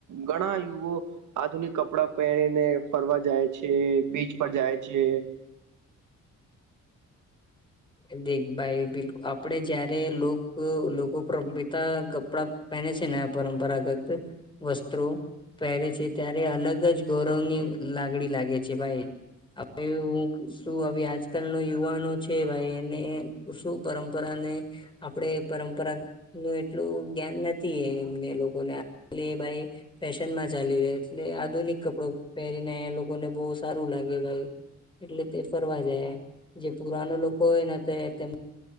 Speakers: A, on the right; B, on the left.
A: ઘણા યુવો આધુનિક કપડા પહેરીને ફરવા જાય. છે, બીચ પર જાય છે.
B: દેખ ભાઈ બિલકુલ આપડે જયારે લોક લોકો પર પિત કપડા પહેને છે, ને આ પરંપરાગત વસ્ત્રો પહેરે છે, ત્યારે અલગ જ ગૌરવની લાગણી લાગે છે, ભાઈ. હવે હું શું હ આજકાલ નો યુવાનો છે, ભાઈ એને શું પરંપરા ને આપડે પરંપરા નું એટલું ધ્યાન નથી એ એમને લોકોને ભાઈ ફેશન માં ચાલી રહે એટલે આધુનિક કપડો પહેરીને આયા લોકોને બહુ સારું લાગે ભાઈ એટલે તે ફરવા જાય જે પુરાનો લોકો હોય ને તો તેમ